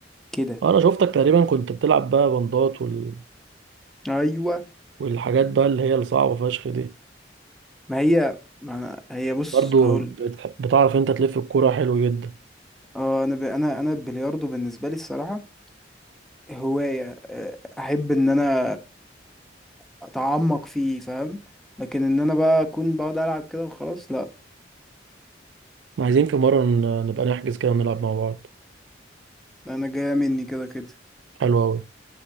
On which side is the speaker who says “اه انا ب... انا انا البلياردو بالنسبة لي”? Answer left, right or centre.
Centre